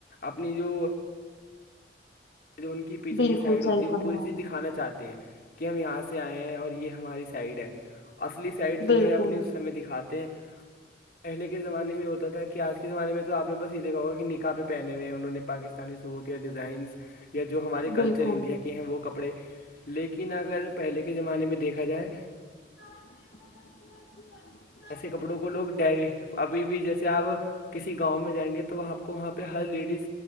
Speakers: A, on the left; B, on the left.
A: اپنی جو جو ان کی پیچھے
B: بالکل
A: کی سائڈ ہوتی
B: صحیح
A: وہ
B: فرما
A: پور چیز
B: رہے
A: دکھانا چاہ ہے ہیں کہ ہم یہاں سے آئے ہیں اور یہ ہماری سائڈ ہے اصلی سائڈ جو
B: بالکل
A: ہے اپنی اس ہم میں دکھاتے ہیں پہلے کے زمانے میں ہوتا تھا کہ آج کے زمانے میں آپ نے بس یہ دیکا ہوا کہ نکح پہنے ہو ہیں انہوں نے پاکستان استانی صووریا ڈیزائنس یا جو ہمارے
B: بالکل
A: کلچر انڈیا کے ہیں وہ کپڑے لیکن اگر پہلے کے زمانے میں دیکھا جائے
B: <inaudible>
A: ایسے کپڑوں کو لوگ ڈری ابھی بھی جیسے آپ کسی گاؤں میں جائیں گے تو آپ کو وہاں پہ ہر لیڈیز